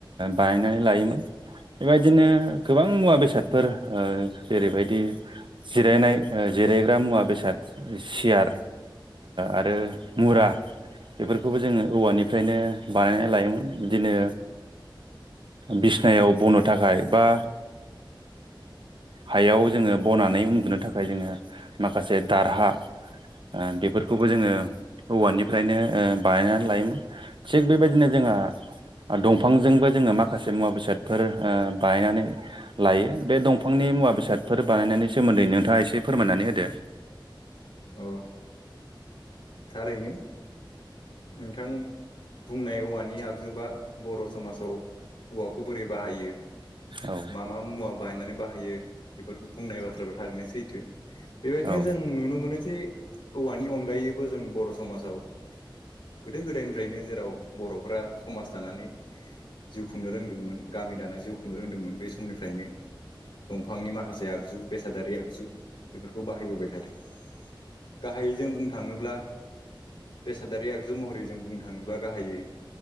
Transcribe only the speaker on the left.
औ थारैनो नोंथां बुंनाय औवानि आगजुबा बर' समाजाव औवाखौ बोरै बाहायो
मा मा मुवा बायनानै बाहायो बेफोरखौ बुंनाय बाथ्रायाबो थारैनो सैथो बेबायदिनो
जों नुनो मोनो <unintelligible> औवानि अनगायैबो जों बर' समाजाव गोदो गोदायनिफ्रायनो जेराव बर'फ्रा समाज दानानै जिउ खुंनो रोंदोंमोन गामि दाना जिउ खुंनो रोंदोंमोन बे समनिफ्रायनो दंफांनि माखासे आगजु बेसादारि आगजु बेफोरखौ बाहायबोबाय थादों गाहायै जों बुंनो थाङोब्ला बेसादारि आ गजु महरै जों बुंनो थाङोब्ला गाहायै